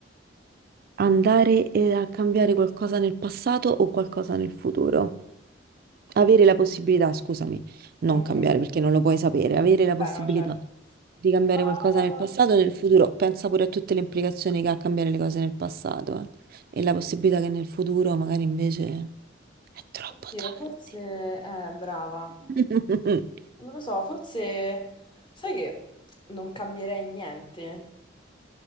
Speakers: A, on the right; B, on the left.
A: andare eh, a cambiare qualcosa nel passato o qualcosa nel futuro? avere la possibilità, scusami, non
B: Mm,
A: cambiare perché non lo puoi sapere, avere la possibilità
B: beh, no, certo.
A: di cambiare
B: Ah,
A: qualcosa nel passato e nel futuro, pensa pure a tutte le implicazioni che ha cambiare le cose nel passato, eh. E la possibilità che nel futuro magari invece è troppo
B: oddio,
A: tardi.
B: forse eh, brava.
A: <laughs>
B: Non lo so, forse sai che non cambierei niente